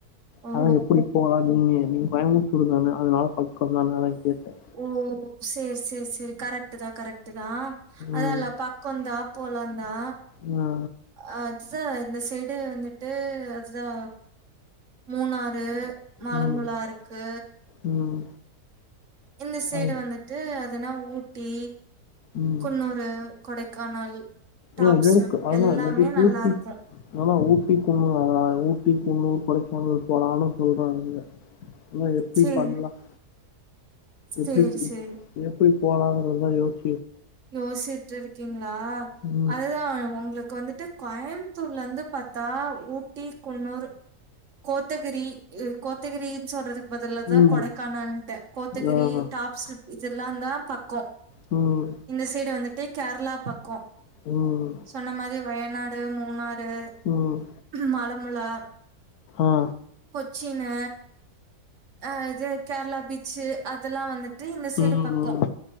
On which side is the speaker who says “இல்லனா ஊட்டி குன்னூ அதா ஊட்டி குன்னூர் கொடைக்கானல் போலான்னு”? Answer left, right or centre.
Left